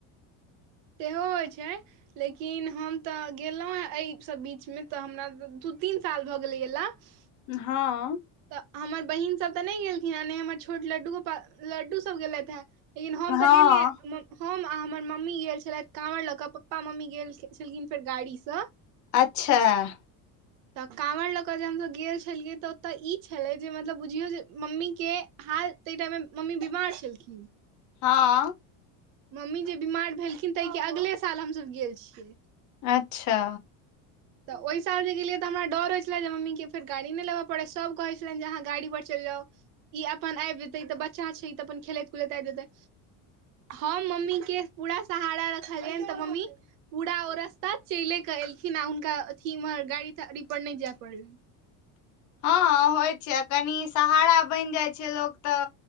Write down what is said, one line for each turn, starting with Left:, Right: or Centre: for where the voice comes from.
Right: सेहो होइ छै। लेकिन हम तऽ गेलहुँ हेँ एहिसभ बीचमे तऽ हमरा दू तीन साल भऽ गेल गेलाऽ।
Left: हँऽ।
Right: तऽ हमर बहीन सभ तऽ नहि गेलखिन हैं, ने हमर छोट लड्डू गोपाल, लड्डूसभ गेलैथ हैऽ। लेकिन हम
Left: हँ
Right: तऽ गेलियै म्म हम आ हमर मम्मी गेल छलथि काँवर लऽ कऽ, पप्पा मम्मी गेल छलखिन फेर गाड़ी सँ।
Left: अच्छा ऽ ऽ।
Right: तऽ काँवड़ लऽ कऽ जे हमसब गेल छलियै तऽ तऽ ई छलै जे मतलब बुझियौ जे मम्मी के हाल ताहि टाइम मे मम्मी बीमार छलखिन। <inaudible>
Left: हँऽ।
Right: मम्मी जे बीमार भेलखिन तइके अगले साल हमसब गेल छियै।
Left: अच्छा।
Right: तऽ ओहि साल जे गेलियै, तऽ हमरा डॉर होइ छलाऽ मम्मीके फेर गाड़ी नहि लेबऽ पड़ै? सभ कहै छला जे अहाँ गाड़ीपर चलि जाऊ। ई अपन आबि जेतै, ई तऽ बच्चा छै, ई तऽ अपन खेलैत कुदैत आबि जेतै। हम मम्मी के पूरा सहारा रखलियैन तऽ मम्मी पूरा ओ रस्ता चलै के एलखिन, आ हुनका अथी में गाड़ी-ताड़ी पर नहि जैऽ पड़लनि।
Left: हँ-हँ होइ छै, आ कनी सहारा बैन जाइ छै लोक तऽ